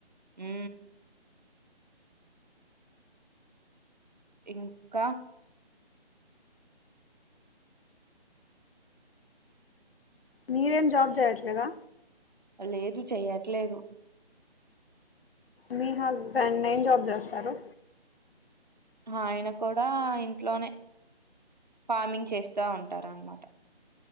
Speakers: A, on the right; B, on the left.
A: ఉ ఉ ఇంకా
B: మీరేం జాబ్ చేయట్లేదా
A: లేదు చెయ్యట్లేదు
B: మీ హస్బెండ్ ఏం జాబ్ చేస్త స్తారు
A: ఆయన కూడా ఇంట్లోనే ఫార్మింగ్ చేస్త స్తా ఉంటారు అన్నమాట